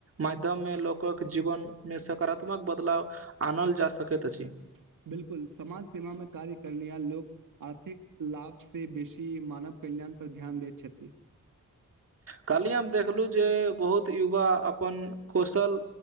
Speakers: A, on the right (about 45°); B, on the right (about 75°).
A: माध्यममे लोकक जीवन मे सकारात्मक बदलाव आनल जा सकैत छी
B: ‌ बिल्कुल समाज सेवामे कार्य करनिहार लोक आर्थिक लाभ से बेसी मानव कल्याण पर ध्यान दैत छथि
A: कहलिय हम देखलु जे बहुत युवा अपन कौशल